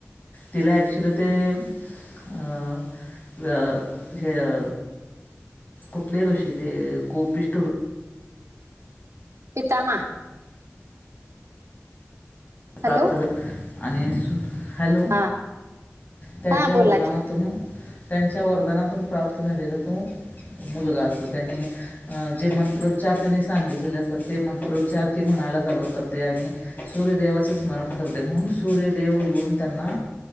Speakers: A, on the left (about 40°); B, on the right (about 70°).
A: तिला ऍक्च्युली ते अ अ हे अ कुपले ऋषी ते कोपिस्ट ऋषी
B: पितामा
A: प्राप्त
B: हॅलो
A: झा आणि हॅलो
B: हा
A: त्यांच्या
B: हा बोला
A: वरदनातून
B: की
A: त्यांच्या वरदनातून प्राप्त झालेला तो मुलगा असतो त्यांनी अ जे मंत्रोच्चार त्यांनी सांगितलेले असतात ते मंत्रोच्चार ती म्हणायला चालू करते आणि सूर्यदेवा चे स्मरण करते म्हणून सूर्यदेव येऊन त्यांना